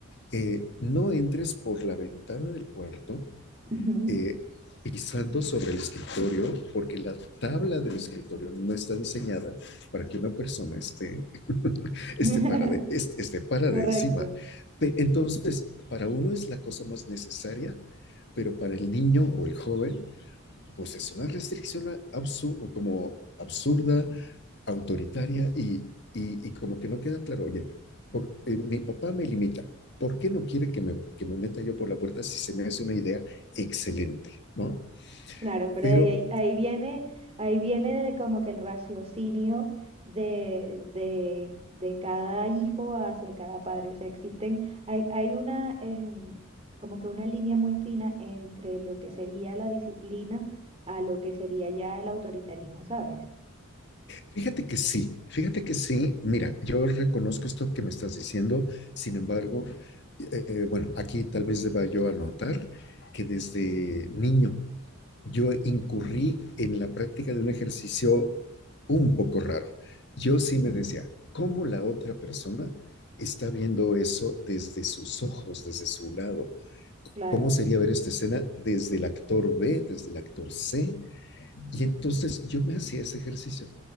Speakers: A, on the left; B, on the right.
A: eh, no entres por la ventana del cuarto
B: ujú.
A: eh, pisando sobre el escritorio, porque la tabla del escritorio no está diseñada para que una persona esté, <laughs>
B: <laughs>
A: esté, para de, esté, esté para
B: Correcto,
A: de encima. Entonces, para uno es la cosa más necesaria, pero para el niño o el joven pues es una restricción absurda, como absurda, autoritaria y, y, y como que no queda claro, oye, por, eh, mi papá me limita, ¿por qué no quiere que me, que me meta yo por la puerta si se me hace una idea excelente, ¿no?
B: claro, pero
A: Pero
B: ahí, ahí, ahí viene, ahí viene de como que el raciocinio de, de, de cada hijo hacia cada padre. O sea, existen, hay, hay una, em, como que una línea muy fina entre lo que sería la disciplina a lo que sería ya el autoritarismo, ¿sabes?
A: fíjate que sí, fíjate que sí, mira, yo reconozco esto que me estás diciendo, sin embargo, eh, bueno, aquí tal vez deba yo anotar que desde niño yo incurrí
B: Mm,
A: en la práctica de un ejercicio un poco raro. Yo sí me decía, ¿cómo la otra persona está viendo eso desde sus ojos, desde su lado?
B: Claro,
A: ¿Cómo sería ver esta escena desde el actor B, desde el actor C? Y entonces yo me hacía ese ejercicio.